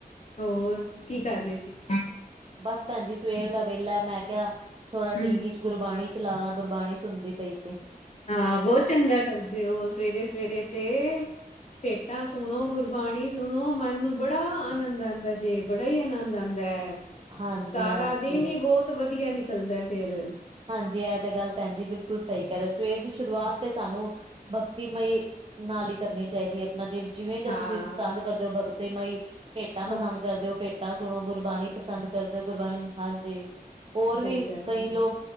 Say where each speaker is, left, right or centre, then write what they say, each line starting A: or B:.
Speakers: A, on the left; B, on the right.
A: ਹੋਰ ਕੀ ਕਰ ਰੇ ਸੀ?
B: ਬਸ ਭੈਣ ਜੀ ਸਵੇਰ ਦਾ ਵੇਲਾ ਮੈਂ ਕਿਹਾ ਥੋੜਾ
A: ਹਮ
B: ਟੀ ਵੀ ਚ ਗੁਰਬਾਣੀ ਚਲਾ ਲਾ ਗੁਰਬਾਣੀ ਸੁਣਦੀ ਪਈ ਸੀ।
A: ਹਾਂ ਬਹੁ ਚੰਗਾ ਕਰਦੇ ਓ ਸਵੇਰੇ-ਸਵੇਰੇ ਤੇ ਭੇਟਾਂ ਸੁਣੋ, ਗੁਰਬਾਣੀ ਸੁਣੋ ਮਨ ਨੂੰ ਬੜਾ ਆਨੰਦ ਆਦਾ। ਜੇ ਬੜਾ ਈ ਆਨੰਦ ਆਂਦੈ
B: ਹਾਂਜੀ-ਹਾਂਜੀ।
A: ਸਾਰਾ ਦਿਨ ਈ ਬੋਤ ਵਧੀਆ ਨਿਕਲਦੈ ਫਿਰ
B: ਹਾਂਜੀ ਐ ਤੇ ਗੱਲ ਭੈਣ ਜੀ ਬਿਲਕੁਲ ਸਈ ਕੈ ਰਿਓ ਸਵੇਰ ਦੀ ਸ਼ੁਰੂਆਤ ਤੇ ਸਾਨੂੰ ਭਗਤੀ ਮਈ ਨਾਲ ਈ ਕਰਨੀ ਚਾਈਦੀ ਐ। ਨਾ ਜੇਵ ਜਿਵੇਂ ਜ
A: ਹਾਂ
B: ਤੁਸੀਂ ਪਸੰਦ ਕਰਦੇ ਓ ਭਗਤੇ ਮਾਈ ਭੇਟਾਂ
A: ਹਾਂ
B: ਪਸੰਦ ਕਰਦੇ ਓ ਭੇ ਤਾ ਸੁਣੋ ਗੁਰਬਾਣੀ ਪਸੰਦ ਕਰਦੇ ਓ ਗੁਰਬਾਣੀ ਹਾਂਜੀ ਹੋਰ
A: ਸਹੀ
B: ਵੀ
A: ਗੱਲ
B: ਲੋਗ